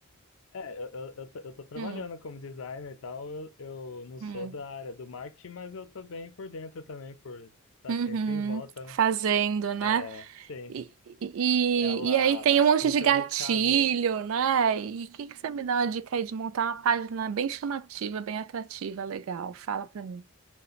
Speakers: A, on the left (about 70°); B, on the right (about 70°).
A: É, eu, eu, eu tô eu tô trabalhando
B: Hum,
A: como designer e tal. Eu, eu não sou
B: hum.
A: da área do marketing, mas eu tô bem por dentro também, por estar tá
B: Uhum,
A: sempre em volta, né?
B: fazendo, né?
A: É, sim.
B: E, e,
A: Ela,
B: e aí tem um monte
A: no
B: de
A: seu,
B: gatilho,
A: no caso,
B: né? E o que que você me dá uma dica aí de montar uma página bem chamativa, bem atrativa, legal? Fala pra mim,